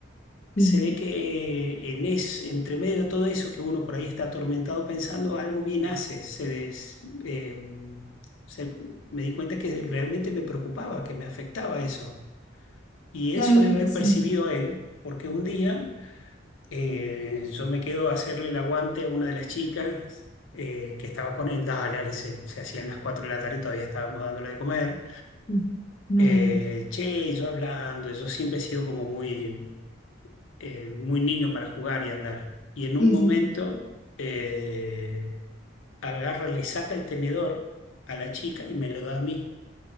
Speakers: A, on the left; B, on the left.
A: Sí,
B: se ve
A: sí,
B: que eh, en es, entre medio de todo eso que uno por ahí está atormentado pensando, algo bien hace. Se des- eh, se- me di cuenta que realmente me preocupaba, que me afectaba eso. Y
A: sí,
B: eso
A: ahí-
B: debe haber
A: sí,
B: percibido él, porque un día eh, yo me quedo a hacerle el aguante a una de las chicas. eh, que estaba con él, dale, dale, se, se hacían las 4 de la tarde y todavía estábamos dándole de comer.
A: sí, claro,
B: Eh, che, y yo hablando, yo siempre he sido como muy eh, muy niño para jugar y hablar. Y en
A: sí,
B: un momento
A: sí.
B: eh, agarra, le saca el tenedor a la chica y me lo da a mí.